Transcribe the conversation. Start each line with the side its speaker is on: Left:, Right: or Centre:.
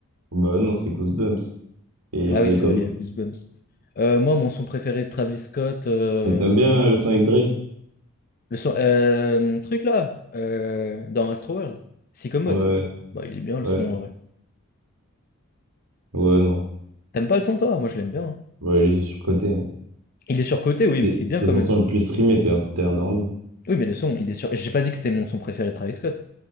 Right: Bah non, c'est Goosebumps. Et
Left: Ah
Right: Psycho.
Left: oui, c'est vrai, il y a Goosebumps. Euh, moi, mon son préféré de Travis Scott, euh,
Right: Et T'aimes bien euh, le son avec Drake?
Left: le son, euh, truc là, euh, dans Astroworld, Commode.
Right: Ouais,
Left: Bah, il est bien le
Right: ouais,
Left: son en vrai.
Right: ouais, non.
Left: T'aimes pas le son toi? Moi, je l'aime bien. hein.
Right: Ouais, il est surcoté.
Left: Il est surcoté, oui, mais
Right: Tes
Left: il est bien
Right: tes
Left: quand
Right: chansons
Left: même.
Right: le plus streamées, t'es un- t'es endormi.
Left: Oui, mais le son, il est sur. J'ai pas dit que c'était mon son préféré de Travis Scott.